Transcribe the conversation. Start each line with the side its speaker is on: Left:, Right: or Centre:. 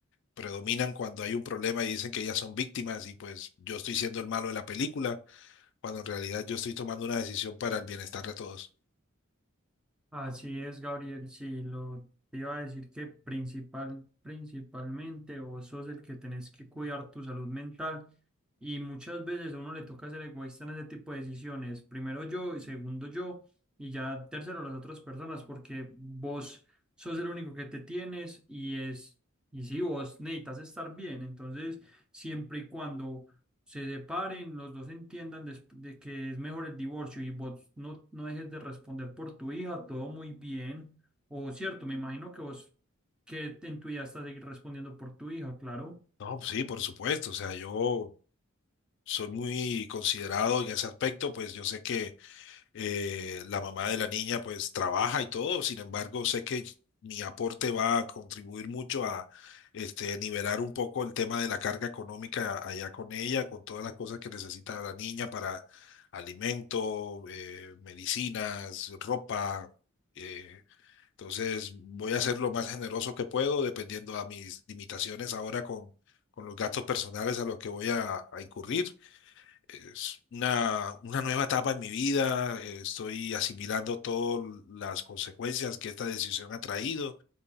Left: predominan cuando hay un problema y dicen que ellas son víctimas y pues yo estoy siendo el malo de la película, cuando en realidad yo estoy tomando una decisión para el bienestar de todos.
Centre: Así es, Gabriel, sí, lo te iba a decir que principal, principalmente vos sos el que tenés que cuidar tu salud mental Y muchas veces a uno le toca ser egoísta en ese tipo de decisiones. Primero yo, y segundo yo, y ya tercero las otras personas, porque vos sos el único que te tienes y es, y si vos necesitas estar bien, entonces siempre y cuando se separen, los dos entiendan des- de que es mejor el divorcio y vos no, no dejes de responder por tu hija, todo muy bien. O cierto, me imagino que vos que en tu vida estás seguir respondiendo por tu hija, claro.
Left: No, pues sí, por supuesto, o sea, yo soy muy considerado en ese aspecto, pues yo sé que Eh, la mamá de la niña pues trabaja y todo, sin embargo, sé que mi aporte va a contribuir mucho a este, nivelar un poco el tema de la carga económica allá con ella, con todas las cosas que necesita la niña para alimento, eh, medicinas, ropa. eh, entonces voy a ser lo más generoso que puedo, dependiendo a mis limitaciones ahora con, con los gastos personales a los que voy a a incurrir es una, una nueva etapa en mi vida, eh, estoy asimilando todas las consecuencias que esta decisión ha traído